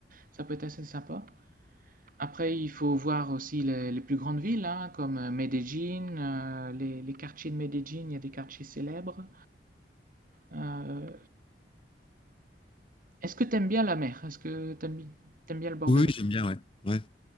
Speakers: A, on the right; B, on the left.
A: ça peut être assez sympa. Après, il faut voir aussi les, les plus grandes villes, hein, comme euh, Medellín, euh, les, les quartiers de Medellín, il y a des quartiers célèbres. Euh, est-ce que tu aimes bien la mer? Est-ce que tu aimes bien le bord
B: Oui,
A: de mer?
B: oui, j'aime bien, ouais. Ouais,